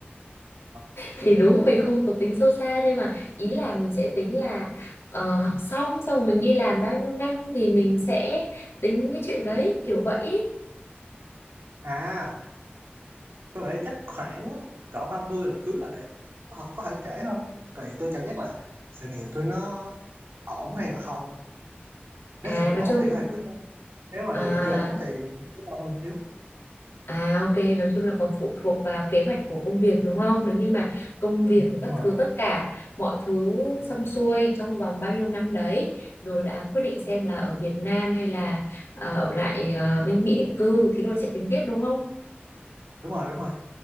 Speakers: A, on the right; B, on the left.
A: Ờ.
B: thì đúng mình không có tính sâu xa nhưng mà ý là mình sẽ tính là ờ, học xong xong rồi mình đi làm bao nhiêu năm thì mình sẽ tính cái chuyện đấy kiểu vậy.
A: à tôi nghĩ chắc khoảng cỡ 30 là cưới là đẹp có, có thể trễ không tùy tôi cảm giác là sự nghiệp tôi nó ổn hay là không
B: À
A: nếu sự nghiệp
B: nói
A: ổn
B: chung
A: thì có thể cưới nếu mà
B: à,
A: sự nghiệp chưa ổn thì cứ lâu hơn xíu
B: À ok, nói chung là còn phụ thuộc vào kế hoạch của công việc đúng không? Nếu như mà công việc của
A: đúng
B: các
A: rồi
B: thứ tất cả mọi thứ
A: đúng
B: xong xuôi
A: rồi
B: trong vòng bao nhiêu năm đấy rồi là quyết định xem là ở Việt Nam hay là à, ở lại à, bên Mỹ định cư thì rồi sẽ tính tiếp đúng không?
A: đúng rồi đúng rồi